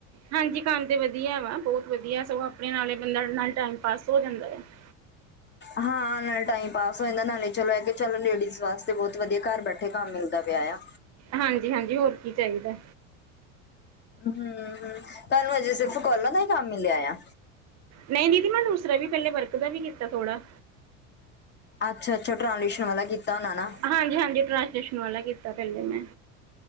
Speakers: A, on the right; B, on the left.
A: ਹਾਂਜੀ ਕੰਮ ਤੇ ਵਧੀਆ ਵਾ ਬਹੁਤ ਵਧੀਆ ਸਗੋਂ ਆਪਣੇ ਨਾਲੇ ਬੰਦਾ ਨਾਲੇ ਟਾਈਮ ਪਾਸ ਹੋ ਜਾਂਦਾ ਆ। <inaudible>
B: ਹਾਂ ਨਾਲੇ ਟਾਈਮ ਪਾਸ ਹੋ ਜਾਂਦਾ ਨਾਲੇ ਚਲੋ ਹੈਗੇ ਚਲੋ ਲੇਡੀਜ਼ ਵਾਸਤੇ ਬਹੁਤ ਵਧੀਆ ਘਰ ਬੈਠੇ ਕੰਮ ਮਿਲਦਾ ਪਿਆ ਆ।
A: ਹਾਂਜੀ- ਹਾਂਜੀ ਹੋਰ ਕੀ ਚਾਹੀਦਾ।
B: ਹੂੰ-ਹੂੰ ਤੁਹਾਨੂੰ ਹਜੇ ਸਿਰਫ਼ ਕੋਲਾ ਦਾ ਹੀ ਕੰਮ ਮਿਲਿਆ ਆ।
A: ਨਹੀਂ ਦੀਦੀ ਮੈਂ ਦੂਸਰਾ ਵੀ ਪਹਿਲੇ ਵਰਕ ਦਾ ਵੀ ਕੀਤਾ ਥੋੜਾ।
B: ਅੱਛਾ -ਅੱਛਾ ਟਰਾਂਲੇਸ਼ਨ ਵਾਲਾ ਕੀਤਾ ਹੋਣਾ ਨਾ
A: ਹਾਂਜੀ- ਹਾਂਜੀ ਟਰਾਂਸਜੇਸ਼ਨ ਵਾਲਾ ਕੀਤਾ ਪਹਿਲੇ ਮੈਂ